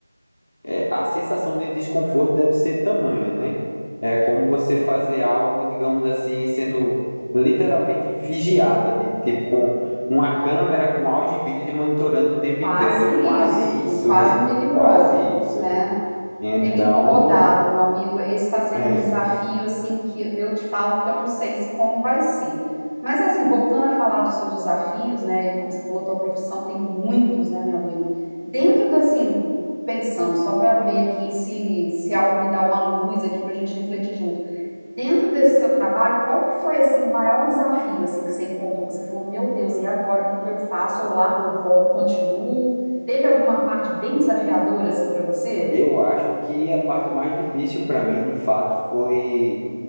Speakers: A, on the left; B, on the right.
A: é, a sensação de desconforto deve ser tamanha, né? É como você fazer algo, digamos assim, sendo literalmente vigiado ali, tipo com uma câmera com áudio e vídeo de monitorando o tempo
B: Quase
A: inteiro. É quase
B: isso,
A: isso,
B: quase
A: né?
B: um Big Brother,
A: Quase isso.
B: né?
A: Então,
B: Tem me incomodado, meu amigo. Esse está sendo
A: é,
B: um desafio, assim, que eu te falo que eu não sei se como vai ser. Mas, assim, voltando a falar dos seus desafios, né? E como você falou, tua profissão tem muitos, né, meu amigo? Dentro da, assim, pensando, só para ver aqui se, se algo me dá uma luz aqui para a gente refletir junto. Dentro desse seu trabalho, qual que foi assim o maior desafio assim que você encontrou que você falou, meu Deus, e agora o que que eu faço? Ou largo ou vol- continuo? Teve alguma parte bem desafiadora assim para você?
A: eu acho que a parte mais difícil para mim, de fato, foi